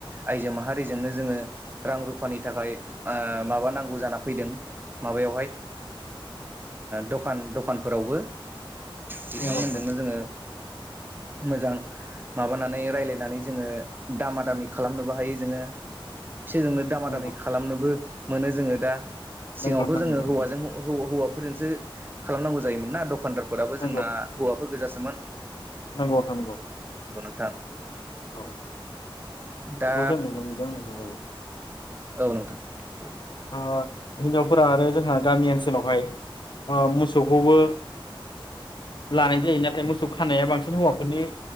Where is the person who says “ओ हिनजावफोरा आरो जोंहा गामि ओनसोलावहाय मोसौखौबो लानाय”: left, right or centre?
Left